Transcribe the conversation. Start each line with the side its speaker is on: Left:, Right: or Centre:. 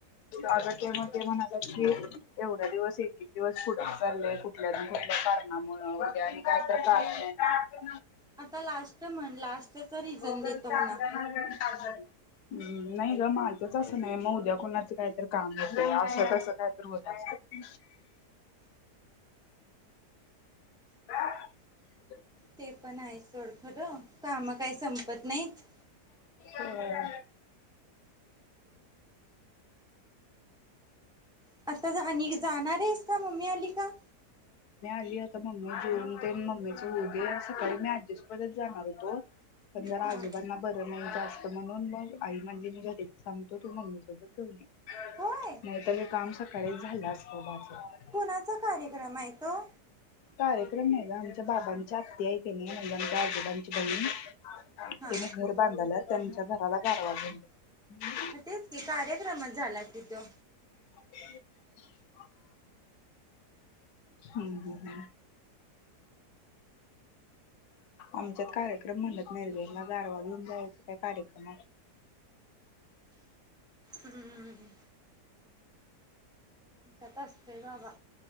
Left: आग ते म ते म्हणालेत कि एवढ्या दिवस एक एक दिवस पुढचं चाललंय कुठल्या ना कुठल्या कारणामुळं उद्या आणि काय तर कारण येणार
Centre: आता लास्ट म्हण लास्टच रिझन
Left: ो
Centre: देतो
Left: चांगल्या
Centre: म्हणा.
Left: मलगा साण <unintelligible> म् नाही ग माझझंच असं नाही मग उद्या कोणाचं काहीतरी काम होतय असं तसं काहीतर होत असतय. ह
Centre: ते पण आहे सोडखरं काम काही संपत नाहीत.
Left: व्हय.
Centre: असं जानी जाणार आहेत. का मम्मी आली का?
Left: ती आता मम्मी जेऊन तेन मम्मीच होवू दे सकाळी मी आजीसोबतच जाणार होतो पण जरा
Centre: हा.
Left: आजोबांना बरं नाही जास्त म्हणून मग आई म्हणली मी घरीच थांबतो तू मम्मी सोबत जाऊन ये
Centre: होय
Left: नाहीतर ये काम सकाळीच झालं असत बघ.
Centre: कोणाचा कार्यक्रम आहे तो?
Left: कार्यक्रम नाही ग आमच्या बाबांच्या आत्ती हाय कणी म्हणजे आमच्या आजोबांची बहीण
Centre: हा.
Left: त्यांनी घर बांधाल्यात त्यांच्या घराला गारवा घेवून गेलती.
Centre: हा तेच की कार्यक्रमच झाला कि तो
Left: <unintelligible> हम् ह आमच्यात कार्यक्रम म्हणत नाहीत ग गारवा घऊन जायचं काय कार्यक्रमात.
Centre: हम्म च्यात असतय बाबा